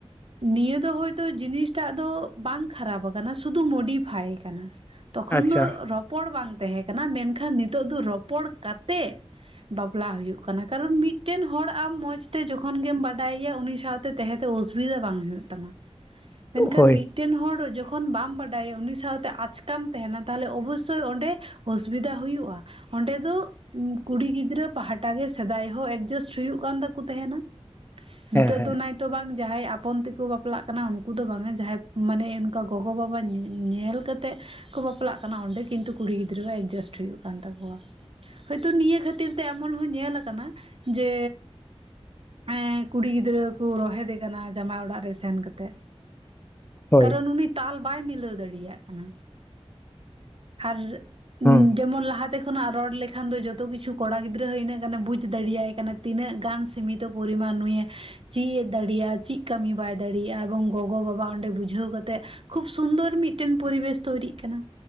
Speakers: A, on the right; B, on the left.
A: ᱱᱤᱭᱟᱹ ᱫᱚ ᱦᱳᱭᱛᱳ ᱡᱤᱱᱤᱥᱴᱟᱜ ᱫᱚ ᱵᱟᱝ ᱠᱷᱟᱨᱟᱯ ᱠᱟᱱᱟ ᱥᱩᱫᱩ ᱢᱳᱰᱤᱯᱷᱟᱭ ᱠᱟᱱᱟ᱾ ᱛᱚᱠᱷᱚᱱ
B: ᱟᱪᱪᱷᱟ
A: ᱫᱚ ᱨᱚᱯᱚᱲ ᱵᱟᱝ ᱛᱟᱦᱮᱸ ᱠᱟᱱᱟ ᱢᱮᱱᱠᱷᱟᱱ ᱱᱤᱛᱚᱜ ᱫᱚ ᱨᱚᱯᱚᱲ ᱠᱟᱛᱮ ᱵᱟᱯᱞᱟ ᱦᱩᱭᱩᱜ ᱠᱟᱱᱟ᱾ ᱠᱟᱨᱚᱱ ᱢᱤᱫᱴᱮᱱ ᱦᱚᱲ ᱟᱢ ᱢᱚᱸᱡᱽ ᱛᱮ ᱡᱚᱠᱷᱚᱱ ᱜᱮᱢ ᱵᱟ ᱵᱟᱰᱟᱭᱮᱭᱟ ᱩᱱᱤ ᱥᱟᱶᱛᱮ ᱛᱮᱦᱮᱸ ᱛᱮ ᱚᱥᱩᱵᱤᱫᱟ ᱵᱟᱝ ᱦᱩᱭᱩᱜ ᱛᱟᱢᱟ, ᱢᱮᱱᱠᱷᱟᱱ
B: ᱦᱳᱭ
A: ᱢᱤᱫ ᱢᱤᱫᱴᱮᱱ ᱦᱚᱲ ᱡᱚᱠᱷᱚᱱ ᱵᱟᱢ ᱵᱟᱰᱟᱭᱟ ᱩᱱᱤ ᱥᱟᱶᱛᱮ ᱟᱪᱠᱟᱢ ᱛᱟᱦᱮᱱᱟ ᱛᱟᱦᱞᱮ ᱚᱵᱚᱥᱥᱳᱭ ᱚᱸᱰᱮ ᱚᱥᱩᱵᱤᱫᱟ ᱦᱩᱭᱩᱜ-ᱟ ᱚᱸᱰᱮ ᱫᱚ ᱩᱸ ᱠᱩᱲᱤ ᱜᱤᱫᱽᱨᱟᱹ ᱯᱟᱦᱟᱴᱟ ᱜᱮ ᱥᱮᱫᱟᱭ ᱦᱚᱸ ᱮᱰᱡᱟᱥᱴ ᱦᱩᱭᱩᱜ ᱠᱟᱱ ᱛᱟᱠᱚ ᱛᱟᱸᱦᱮᱱᱟ, ᱱᱤᱛᱚᱜ
B: ᱦᱮᱸ ᱦᱮᱸ
A: ᱫᱚ ᱱᱟᱭ ᱛᱚ ᱵᱟᱝ ᱡᱟᱦᱟᱸᱭ ᱟᱯᱚᱱ ᱛᱮᱠᱚ ᱵᱟᱯᱞᱟᱜ ᱠᱟᱱᱟ ᱩᱱᱠᱩ ᱫᱚ ᱵᱟᱝ ᱟ ᱡᱟᱦᱟᱸᱭ ᱢᱟᱱᱮ ᱚᱱᱠᱟ ᱜᱚᱜᱚ ᱵᱟᱵᱟ ᱧᱮᱞ ᱠᱟᱛᱮᱫ ᱠᱚ ᱵᱟᱯᱞᱟᱜ ᱠᱟᱱᱟ ᱚᱸᱰᱮ ᱠᱤᱱᱛᱩ ᱠᱩᱲᱤ ᱜᱤᱫᱽᱨᱟᱹᱣᱟᱜ ᱮᱰᱡᱟᱥᱴ ᱦᱩᱭᱩᱜ ᱠᱟᱱ ᱛᱟᱠᱚᱣᱟ᱾ ᱦᱳᱭᱛᱚ ᱱᱤᱭᱟᱹ ᱠᱷᱟᱹᱛᱤᱨ ᱛᱮ ᱮᱢᱚᱱ ᱦᱚᱸ ᱧᱮᱞ ᱠᱟᱱᱟ ᱡᱮ ᱮᱸ ᱠᱩᱲᱤ ᱜᱤᱫᱽᱨᱟᱹ ᱠᱚ ᱨᱳᱦᱮᱫᱮ ᱠᱟᱱᱟ ᱡᱟᱢᱟᱭ ᱚᱲᱟᱜ ᱨᱮ ᱥᱮᱱ ᱠᱟᱛᱮᱫ᱾
B: ᱦᱳᱭ
A: ᱠᱟᱨᱚᱱ ᱩᱱᱤ ᱛᱟᱞ ᱵᱟᱭ ᱢᱤᱞᱟᱹᱣ ᱫᱟᱲᱮᱭᱟᱜ ᱠᱟᱱᱟ, ᱟᱨ
B: ᱦᱩᱸ
A: ᱡᱮᱢᱚᱱ ᱞᱟᱦᱟᱛᱮ ᱠᱷᱚᱱᱟᱜ ᱨᱚᱲ ᱞᱮᱠᱷᱟᱱ ᱫᱚ ᱡᱚᱛᱚ ᱠᱤᱪᱷᱩ ᱠᱚᱲᱟ ᱜᱤᱫᱽᱨᱟᱹ ᱦᱚᱸ ᱤᱱᱟᱹᱜ ᱜᱟᱱᱮ ᱵᱩᱡᱽ ᱫᱟᱲᱮᱭᱟᱭ ᱠᱟᱱᱟ ᱛᱤᱱᱟᱹᱜ ᱜᱟᱱ ᱥᱤᱢᱤᱛ ᱛᱚ ᱯᱚᱨᱤᱢᱟᱱ ᱱᱩᱭᱮ ᱪᱮᱫ ᱮ ᱫᱟᱲᱮᱭᱟᱜ-ᱟ ᱪᱮᱫ ᱠᱟᱹᱢᱤ ᱵᱟᱭ ᱫᱟᱲᱮᱭᱟᱜ-ᱟ, ᱮᱵᱚᱝ ᱜᱚᱜᱚ ᱵᱟᱵᱟ ᱚᱸᱰᱮ ᱵᱩᱡᱷᱟᱹᱣ ᱠᱟᱛᱮᱫ ᱠᱷᱩᱵ ᱥᱩᱱᱫᱚᱨ ᱢᱤᱫᱴᱮᱱ ᱯᱚᱨᱤᱵᱮᱥ ᱛᱳᱭᱨᱤᱜ ᱠᱟᱱᱟ᱾